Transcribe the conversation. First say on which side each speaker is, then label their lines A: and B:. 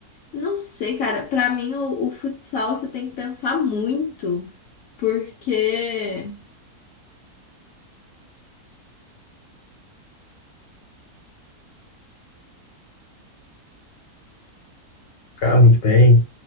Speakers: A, on the left; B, on the left.
A: Não sei, cara, pra mim o, o futsal você tem que pensar muito, porque.
B: Cara, muito bem.